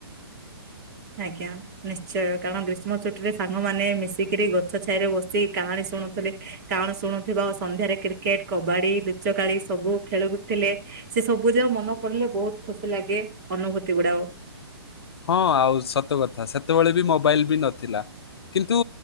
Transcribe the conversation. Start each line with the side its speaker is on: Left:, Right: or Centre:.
Right: ଆଜ୍ଞା ନିଶ୍ଚୟ କାରଣ ଗ୍ରୀଷ୍ମ ଛୁଟିରେ ସାଙ୍ଗମାନେ ମିଶିକିରି ଗଛ ଛାଇରେ ବସି କାହାଣୀ ଶୁଣୁଥିଲେ। କାରଣ ଶୁଣୁଥିବ ସନ୍ଧ୍ୟାରେ କ୍ରିକେଟ କବାଡି ଲୁଚକାଳି ସବୁ ଖେଳୁଥିଲେ। ସେ ସବୁ ଯା ମନ ପଡିଲେ ବହୁତ ଖୁସି ଲାଗେ ଅନୁଭୂତି ଗୁଡାକ
Left: ହଁ ଆଉ ସତ କଥା ସେତେବେଳେ ବି ମୋବାଇଲ ବି ନଥିଲା। କିନ୍ତୁ